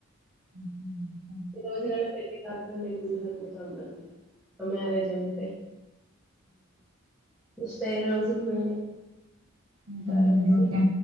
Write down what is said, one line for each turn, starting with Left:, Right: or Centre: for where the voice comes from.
Right: ఉమ్ హు
Centre: ఈ రోజు నెల పెళ్ళలి కత్నం లేకుంటు వెళపోతా ఉందం ఒక మ్యారేజ్ అంటే ఇస్ అయ్యే రోజులు పోయినయ్
Right: ఇంతమంది
Centre: సరే అండి
Right: ఓకే